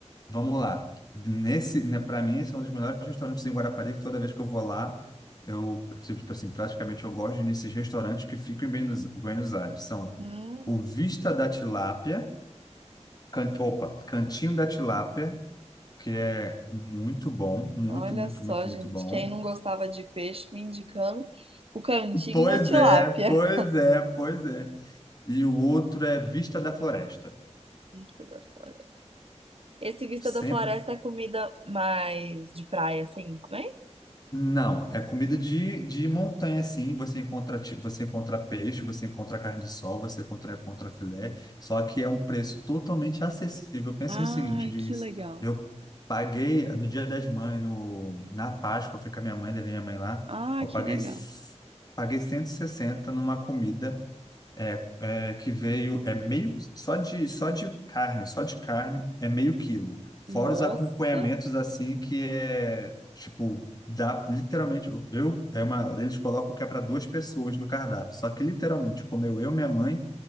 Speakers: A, on the left; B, on the right.
A: Vamos lá. Nesse, né, para mim, esse é um dos melhores restaurantes em Guarapari, que toda vez que eu vou lá, eu, tipo tipo assim, praticamente eu gosto de ir nesses restaurantes que ficam em Buenos, Buenos Aires. São
B: Hum,
A: o Vista da Tilápia, can, opa, Cantinho da Tilápia, que é muito bom, muito,
B: olha
A: muito,
B: só,
A: muito,
B: gente.
A: muito bom.
B: Quem não gostava de peixe me indicando o cantinho
A: Pois
B: da tilápia.
A: é, pois é, pois é. E o outro é Vista da Floresta.
B: <laughs> Vista da Floresta. Esse Vista
A: Sem-
B: da Floresta é comida mais de praia, assim, também?
A: Não, é comida de, de montanha, sim. Você encontra, ti- você encontra peixe, você encontra carne de sol, você encontra, encontra filé, só que é um preço totalmente acessível. Pensa
B: Ah,
A: no seguinte, diz,
B: que legal.
A: eu paguei no Dia das Mães, no, na Páscoa, eu fui com a minha mãe, levei minha mãe lá,
B: Ah,
A: eu
B: que
A: paguei,
B: legal.
A: s- paguei 160 numa comida é, é, que veio, é meio, só de, só de carne, só de carne é meio quilo. Fora
B: Nossa,
A: os acompanhamentos, assim, que é, tipo, dá, literalmente, eu, eu- é uma, eles colocam que é para duas pessoas no cardápio. Só que, literalmente, comeu eu, minha mãe